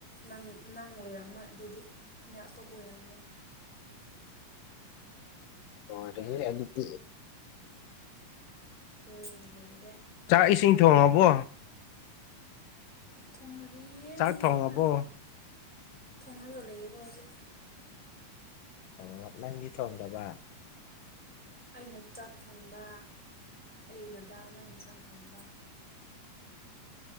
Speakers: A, in the centre; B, on the left (about 85°).
A: ꯅꯪ ꯅꯪ ꯑꯣꯏꯔꯝꯃꯣꯏ ꯑꯗꯨꯗꯤ ꯃꯤ ꯑꯇꯣꯞꯄ ꯑꯣꯏꯔꯝꯅꯤ꯫
B: ꯂꯣꯏꯔꯦꯍꯦ ꯑꯗꯨꯗꯤ ꯫
A: ꯍꯣꯏ ꯂꯣꯏꯔꯦ꯫
B: ꯆꯥꯛ ꯏꯁꯤꯡ ꯊꯣꯡꯉꯕꯣ꯫
A: ꯊꯣꯡꯅꯔꯤꯌꯦ
B: ꯆꯥꯛ
A: ꯃꯤꯅ
B: ꯊꯣꯡꯉꯕꯣ
A: ꯊꯣꯡꯉꯔꯒ ꯂꯩꯌꯦꯕ ꯍꯧꯖꯤꯛ꯫
B: ꯑꯣ ꯅꯪꯗꯤ ꯊꯣꯡꯗꯕ꯫
A: ꯑꯩꯅ ꯆꯥꯛ ꯊꯣꯡꯕ ꯑꯩ ꯗꯗꯥꯅ ꯏꯟꯁꯥꯡ ꯊꯣꯡꯕ꯫